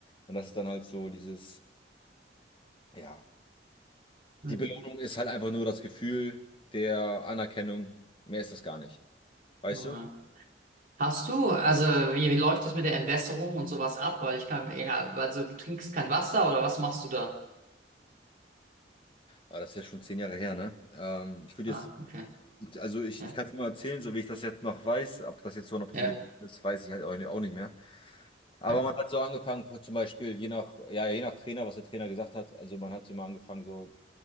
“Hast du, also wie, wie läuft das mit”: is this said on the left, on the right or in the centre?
Right